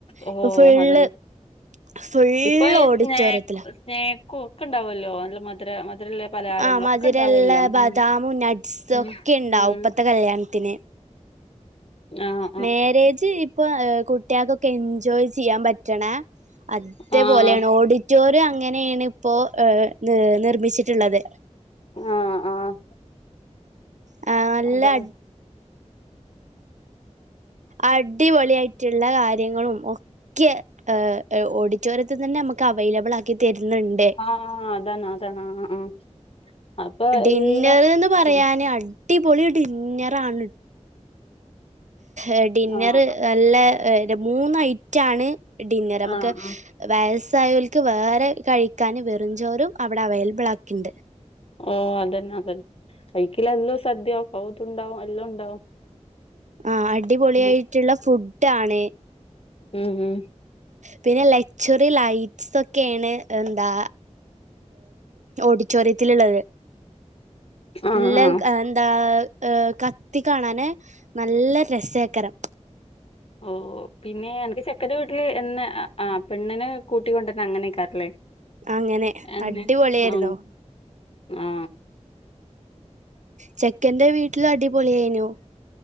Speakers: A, on the left; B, on the right.
A: ഓ
B: ഇപ്പൊ ഫുള്ള്
A: അതന്നെ
B: ഫുള്ള്
A: ഇപ്പൊ ഈ
B: ഓഡിറ്റോറിയത്തിലാ
A: സ്നാ സ്നക്കും ഒക്കെ ഉണ്ടാവുമല്ലോ നല്ല മധുര മധുരല്ല പലഹാരങ്ങളോക്കെ
B: ആ മധുരള്ള
A: ഉണ്ടാവല്ലോ
B: ബദാമും
A: ഉം
B: നട്ട്സും
A: ഉം
B: ഒക്കെ ഉണ്ടാവും
A: ഉം
B: ഇപ്പത്തെ കല്യാണത്തിന്
A: ആഹ്
B: മാരേജ് ഇപ്പൊ കുട്ടികൾക്കൊക്കെ എൻജോയ് ചെയ്യാൻ പറ്റ റ്റണ അതേപോലെയാണ്
A: ആഹ്
B: ഓടി റ്റോറിയം അങ്ങനെയാണ് ഇപ്പോ ഏഹ് നി നിർമ്മിച്ചിട്ടുള്ളത്
A: ആഹ് ആഹ്
B: നല്ല
A: അതാണ്
B: അ അടിപൊളിയായിട്ടുള്ള കാര്യങ്ങളും ക്കെ ഓഡിറ്റോറിയത്തിൽ തന്നെ നമുക്ക് അവൈലബിൾ ആക്കി തരുന്നുണ്ട്
A: ആഹ് അതാണ് അതാണ് ആഹ് ആഹ് അപ്പൊ
B: ഡിന്നർ
A: എല്ലാ
B: എന്ന് പറയാാന്
A: ഉം
B: അടിപൊളി ഡിന്നറാണ് ഏ ഡിന്നർ
A: ആഹ്
B: നല്ല മൂന്നൈറ്റ ആണ് ഡിന്നർ നമുക്ക്
A: ആഹ് ആഹ്
B: വയസായവൽക്ക് വേറെ കഴിക്കാൻ വെറുംചോറും അവിടെ അവൈലബിൾ ആക്കിണ്ട്
A: ഓ അതന്നെ അതന്നെ കൈക്കല എല്ലാം സദ്യയാ കൗത ഉണ്ടാവും എല്ലാം ഉണ്ടാവും
B: ആഹ് അടിപൊളിയായിട്ടുള്ള
A: പിന്നെ
B: ഫുഡ് ആണ്
A: ഉം ഉം
B: പിന്നെ ലച്വറി ലൈറ്റ്സ് ഒക്കെ ഒക്കെയാണ് എന്താ ഓഡിറ്റോറിയത്തിലുള്ളത്
A: ആഹ്
B: നല്ല
A: ആഹ്
B: എന്താ ഏഹ് കത്തി കാണാന് നല്ല രസേകരം
A: ഒ ഒ പിന്നെ അൻക്ക് ചെക്കന്റെ വീട്ടില് എന്നെ ആ പെണ്ണിനെ കൂട്ടിക്കൊണ്ടന്നെ അങ്ങനെൊക്കാറല്ലേ
B: അങ്ങനെ
A: എന്നെ
B: അടിപൊളിയായിരുന്നു
A: ആ ആ
B: ചെക്കന്റെ വീട്ടിൽ അടിപൊളിയെനു.